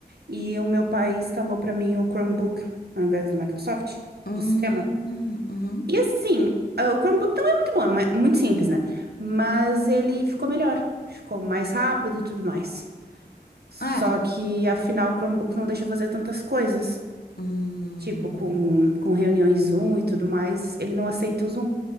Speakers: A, on the right; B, on the left.
A: E o meu pai instalou pra mim o Chromebook, ao invés do Microsoft,
B: uhum,
A: do sistema.
B: uhum.
A: E assim, ah, o Chromebook não é muito bom, é mu- muito simples, né? Mas ele ficou melhor, ficou mais rápido e tudo mais. Só
B: É.
A: que, afinal, o Chromebook não deixa fazer tantas coisas.
B: Hum.
A: Tipo, com, com reuniões Zoom e tudo mais, ele não aceita o Zoom.